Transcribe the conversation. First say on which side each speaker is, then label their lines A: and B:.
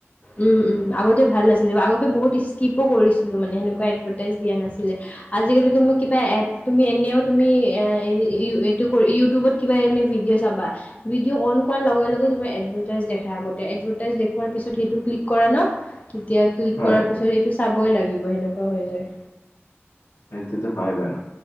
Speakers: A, on the left; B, on the left.
A: উম উম আগতে ভাল আছিলে, আগতে বহুত স্কিপো কৰিছিলো মানে সেনেকুৱা এডভাৰ্টাইজ দিয়া নাছিলে। আজিকালি তুমি কিবা এপ তুমি এনেও তুমি এ এই ই ই এইটো কৰি ইউ ইউটিউবত কিবা এনেই ভিডিঅ' চাবা ভিডিঅ' অন কৰাৰ লগে লগে তোমাৰ এডভাৰটাইজ দেখাই আগতে, এডভাৰটাইজ দেখুওৱাৰ পিছত সেইটো ক্লিক কৰা ন' তেতিয়া ক্লিক
B: হয়
A: কৰাৰ পিছত এইটো চাবই লাগিব সেনেকুৱা হৈ যায়।
B: সেইটো ত' হয় বাৰু